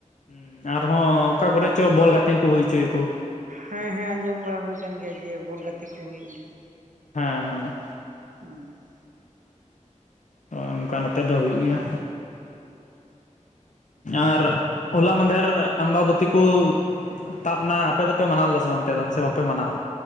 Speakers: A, on the left; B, on the right.
A: ᱦᱩᱸ ᱟᱨᱦᱚᱸ ᱚᱠᱟ ᱠᱚᱨᱮ ᱪᱚ ᱵᱚᱞ ᱜᱟᱛᱮ ᱠᱚ ᱦᱩᱭ ᱦᱩᱭ ᱪᱚᱭᱟᱠᱚ᱾
B: ᱦᱮᱸ ᱦᱮᱸ ᱟᱸᱡᱚᱢ ᱵᱟᱲᱟ ᱦᱩᱭ ᱟᱠᱟᱱ ᱜᱮᱭᱟ ᱡᱮ ᱵᱚᱞ ᱜᱟᱛᱮ ᱠᱚ ᱦᱩᱭᱩᱜ ᱜᱮᱭᱟ᱾
A: ᱦᱮᱸ ᱦᱮᱸ
B: <unintelligible>
A: ᱚᱭ ᱚᱱᱠᱟ ᱱᱚᱛᱮ ᱫᱚ ᱦᱩᱭᱩᱜ ᱜᱮᱭᱟ᱾ ᱟᱨ ᱦᱚᱞᱟ ᱢᱟᱦᱫᱮᱨ ᱟᱢᱵᱟᱵᱟ ᱛᱤ ᱠᱚ ᱛᱟᱵ ᱱᱟ ᱟᱯᱮ ᱫᱚᱯᱮ ᱢᱟᱱᱟᱣ ᱞᱮᱫᱟ ᱥᱮ ᱵᱟᱝ ᱚᱱᱛᱮ ᱫᱚ ᱥᱮ ᱵᱟᱯᱮ ᱢᱟᱱᱟᱣᱟ?